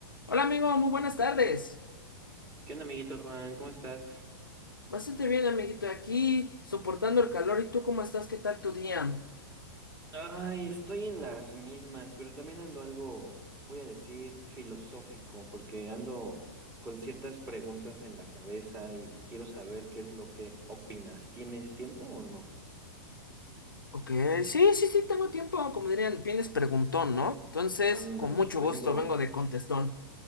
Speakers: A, on the left; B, on the right.
A: Hola amigo, muy buenas tardes.
B: ¿Qué onda, amiguito Juan? ¿Cómo estás?
A: Bastante bien, amiguito, aquí soportando el calor. ¿Y tú cómo estás? ¿Qué tal tu día?
B: Ay, estoy en las mismas, pero también ando algo, voy a decir, filosófico, porque ando con ciertas preguntas en la cabeza y quiero saber qué es lo que opinas. ¿Tienes tiempo o no?
A: Ok, sí, sí, sí, tengo tiempo. Como dirían, vienes preguntón, ¿no? Entonces,
B: Ándale,
A: con mucho
B: vengo,
A: gusto, vengo de contestón.